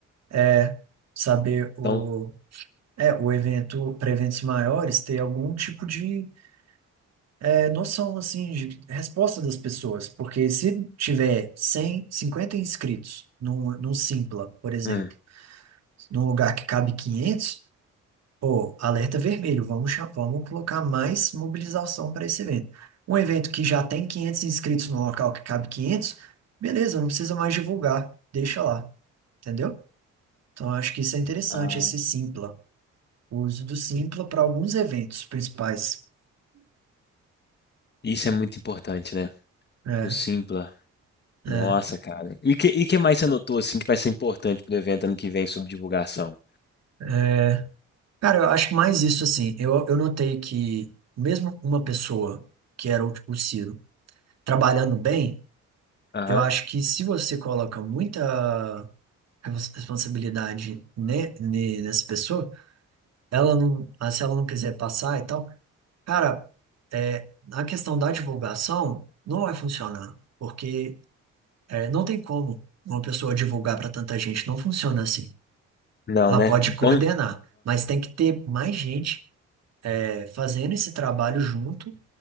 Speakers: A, on the right; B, on the left.
A: É saber o.
B: Então,
A: É, o evento, para eventos maiores, ter algum tipo de é, noção, assim, de resposta das pessoas. Porque se tiver 100, 50 inscritos num, num Simpla, por exemplo,
B: hum,
A: num lugar que cabe 500, Pô, alerta vermelho, vamos, cha- vamos colocar mais mobilização para esse evento. Um evento que já tem 500 inscritos no local que cabe 500, beleza, não precisa mais divulgar, deixa lá, entendeu? Então, acho que isso é interessante,
B: ah,
A: esse Simpla, o uso do Simpla para alguns eventos principais.
B: isso é muito importante, né?
A: É,
B: O Simpla.
A: é,
B: Nossa, cara. E que, e que mais você notou assim que vai ser importante pro evento ano que vem sobre divulgação?
A: é. Cara, eu acho que mais isso, assim, eu, eu notei que mesmo uma pessoa, que era o, o Ciro, trabalhando bem,
B: Aham.
A: eu acho que se você coloca muita respons- responsabilidade ne, ne- nessa pessoa, ela não, ah, se ela não quiser passar e tal, cara, é, a questão da divulgação não vai funcionar, porque é, não tem como uma pessoa divulgar para tanta gente, não funciona assim.
B: Não,
A: Ela
B: né?
A: pode
B: Então,
A: coordenar, mas tem que ter mais gente é, fazendo esse trabalho junto,